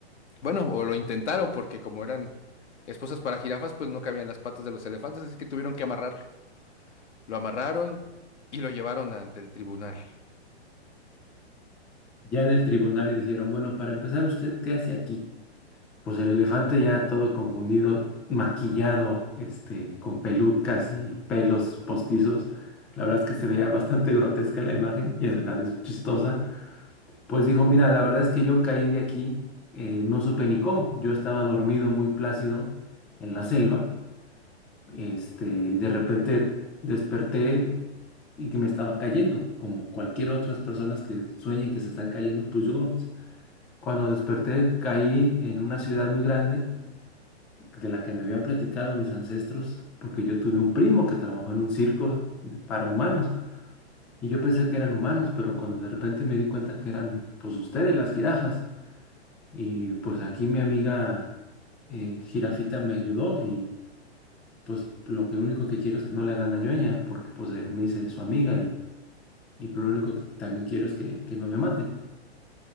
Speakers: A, on the left; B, in the centre.
A: Bueno, o lo intentaron porque como eran esposas para jirafas, pues no cabían las patas de los elefantes, así que tuvieron que amarrarlo. Lo amarraron y lo llevaron ante el tribunal.
B: Ya en el tribunal le dijeron, bueno, para empezar, ¿usted qué hace aquí? Pues el elefante ya todo confundido, maquillado, este, con pelucas y pelos postizos. La verdad es que se veía bastante grotesca la imagen y a la vez chistosa. Pues dijo, mira, la verdad es que yo caí de aquí, eh, no supe ni cómo. Yo estaba dormido muy plácido en la selva. Este, y de repente desperté y que me estaba cayendo, como cualquier otras personas que sueñen que se están cayendo, pues yo cuando desperté caí en una ciudad muy grande de la que me habían platicado mis ancestros, porque yo tuve un primo que trabajó en un circo de- para humanos y yo pensé que eran humanos, pero cuando de repente me di cuenta que eran pues ustedes las jirafas y pues aquí mi amiga eh, jirafita me ayudó y pues lo que único que quiero es que no le hagan daño a ella, porque pues eh, me hice su amiga y Y lo único que también quiero es que, que no me maten.